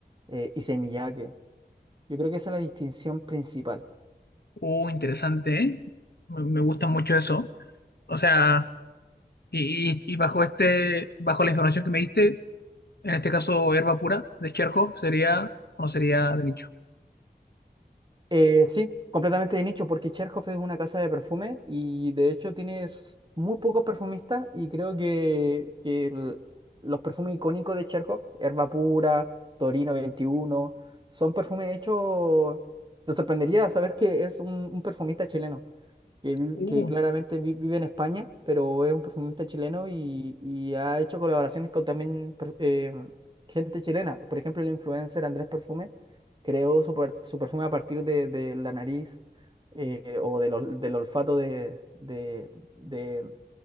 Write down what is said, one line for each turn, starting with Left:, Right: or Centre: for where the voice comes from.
Right: eh, Issey Miyake. Yo creo que esa es la distinción principal.
Left: Oh, interesante, ¿eh? Me, me gusta mucho eso. O sea, y, y- y bajo este, bajo la información que me diste, en este caso, Herba Pura de Cherkov sería o no sería de nicho.
Right: Eh, sí, completamente de nicho, porque Cherhoff es una casa de perfume y de hecho tienes muy pocos perfumistas y creo que, que el- los perfumes icónicos de Cherhoff, Herba Pura, Torino 21, son perfumes hechos... Te sorprendería saber que es un, un perfumista chileno que, vi-
Left: Uh,
Right: que claramente vi- vive en España, pero es un perfumista chileno y, y ha hecho colaboraciones con también per- eh, gente chilena. Por ejemplo, el influencer Andrés Perfume creó su, per- su perfume a partir de, de la nariz eh, o del, ol- del olfato de, de, de-